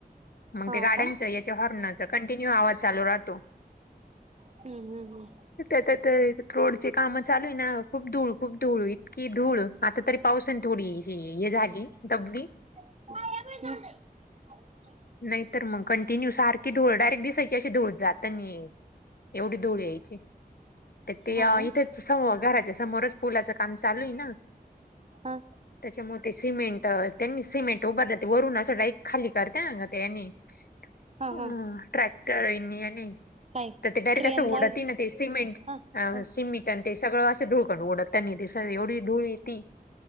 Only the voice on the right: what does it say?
हा
का
हम्म हम्म हम्म.
<inaudible>
हा ना
हा.
हा
हा
काय
क्रियान
लागली
हा
हा